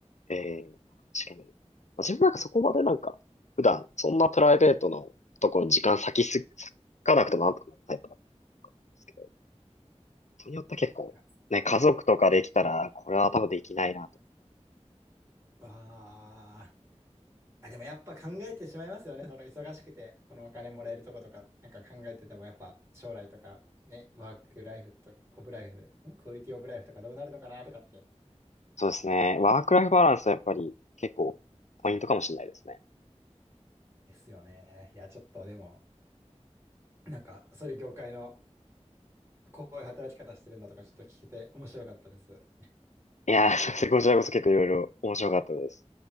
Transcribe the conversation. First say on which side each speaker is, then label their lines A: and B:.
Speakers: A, on the left; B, on the right.
A: ええ確かに。まあ自分なんかそこまでなんか、普段、そんなプライベートのところに時間割きす、割かなくてもなんとかなるタイプなんですけど、人によって結構、
B: あすごいですね。
A: ね、家族とかできたら、これは多分できないなと。
B: わあ。あ、でもやっぱ考えてしまいますよね、その忙しくて、このお金もらえるとことか、なんか考えてても、やっぱ将来とか、ね、ワークライフとか、オブライフ、んクオリティオブライフとかどうなるのかなとかって。
A: そうですね。ワークライフバランスはやっぱり結構、ポイントかもしれないですね。
B: ですよね。いや、ちょっとでも、なんか、そういう業界のこういう働き方してるんだとか、ちょっと聞けて面白かったです。
A: いやー、<laughs> すいませんこちらこそ結構いろいろ面白かったです。